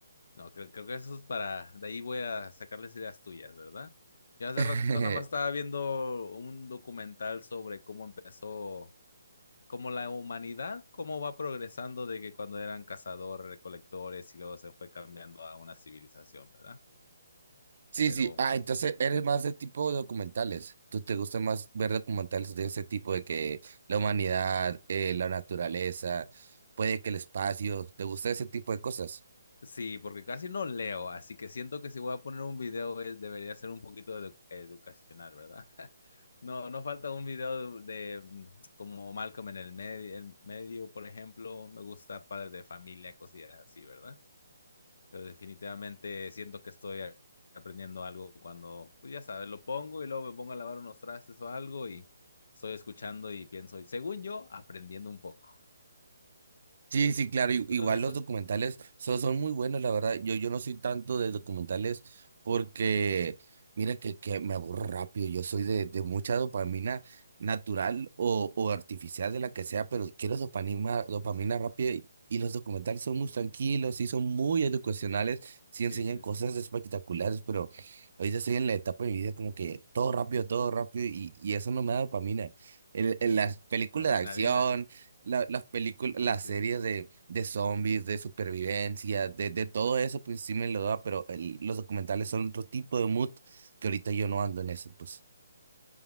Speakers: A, on the left; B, on the right.
A: No, creo, creo que eso es para, de ahí voy a sacarles ideas tuyas, ¿verdad? Ya hace
B: <laughs>
A: ratito nada más estaba viendo un documental sobre cómo empezó, cómo la humanidad, cómo va progresando de que cuando eran cazadores, recolectores y luego se fue cambiando a una civilización, ¿verdad?
B: Sí,
A: Pero...
B: sí. Ah, entonces eres más de tipo documentales. ¿Tú te gusta más ver documentales de ese tipo de que la humanidad, eh, la naturaleza, puede que el espacio, ¿te gusta ese tipo de cosas?
A: Sí, porque casi no leo, así que siento que si voy a poner un video eh, debería ser un poquito edu- educacional, ¿verdad? <laughs> No, no falta un video de, mm, como Malcolm en el medio, en medio, por ejemplo, me gusta Padre de Familia, cosillas así, ¿verdad? Pero definitivamente siento que estoy a- aprendiendo algo cuando, pues ya sabes, lo pongo y luego me pongo a lavar unos trastes o algo y estoy escuchando y pienso, según yo, aprendiendo un poco.
B: Sí, sí, claro, i- igual
A: ¿Tú no has visto?
B: los documentales son, son muy buenos, la verdad. Yo, yo no soy tanto de documentales porque, mira, que, que me aburro rápido. Yo soy de, de mucha dopamina natural o, o artificial, de la que sea, pero quiero dopamina, dopamina rápida y, y los documentales son muy tranquilos y son muy educacionales, sí
A: Sí,
B: enseñan
A: sí,
B: cosas
A: sí.
B: espectaculares, pero ahorita estoy en la etapa de mi vida como que todo rápido, todo rápido y, y eso no me da dopamina. En, en las películas
A: La adrenalina.
B: de acción la- las películas,
A: Sí,
B: las
A: sí,
B: series
A: sí.
B: de, de zombies, de supervivencia, de, de todo eso, pues sí me lo da, pero el- los documentales son otro tipo de mood que ahorita yo no ando en eso, pues.